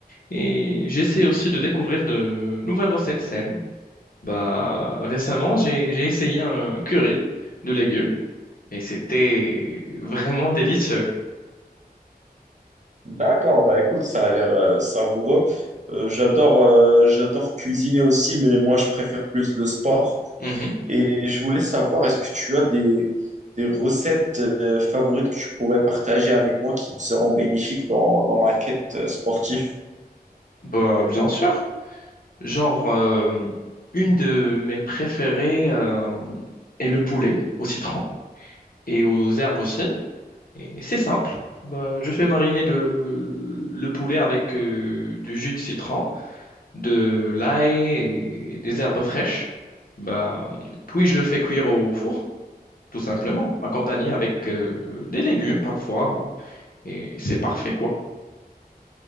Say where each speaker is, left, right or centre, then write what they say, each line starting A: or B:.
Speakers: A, on the left; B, on the right.
A: Et j'essaie aussi de découvrir de nouvelles recettes saines. Bah, récemment, j'ai, j'ai essayé un curry de légumes et c'était vraiment délicieux.
B: D'accord, bah écoute, ça a l'air euh, savoureux. Euh, j'adore euh, j'adore cuisiner aussi, mais moi, je préfère plus le sport.
A: Mhm.
B: Et je voulais savoir, est-ce que tu as des, des recettes euh, favorites que tu pourrais partager avec moi qui me seront bénéfiques dans, dans ma quête euh, sportive?
A: Bah, bien sûr. Genre, euh, une de mes préférées euh, est le poulet au citron et aux herbes aussi. Et c'est simple. Bah, je fais mariner de- le poulet avec euh, du jus de citron. de l'ail et des herbes fraîches, bah, puis je le fais cuire au four, tout simplement, accompagné avec euh, des légumes parfois, et c'est parfait, quoi.